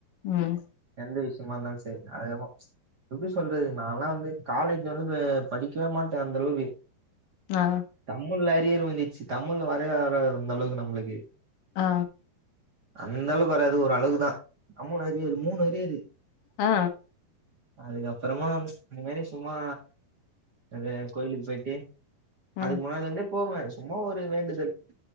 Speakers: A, on the left; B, on the right.
A: ம்
B: எந்த விஷயமாருந்தாலு செரி அதுக்கப்போ எப்டி சொல்றது நாலா வந்து காலேஜ் வந்து படிக்கவே மாட்டே அந்த அளவுக்கு
A: ஆ
B: தமிழ்ல அரியர் வந்திச்சு தமிழ் வரவே வராது இந்த அளவுக்கு நம்மளுக்கு
A: ஆ
B: அந்த அளவுக்கு வராது ஒரு அளவு தா நம்மளு அரியரு மூணு அரியரு
A: ஆ
B: அதுக்கப்பறமா இந்த மாரி சும்மா அது கோயிலுக்கு போயிட்டு
A: ம்
B: அதுக்கு முன்னாடிலருந்தே போவே சும்மா ஒரு வேண்டுதல்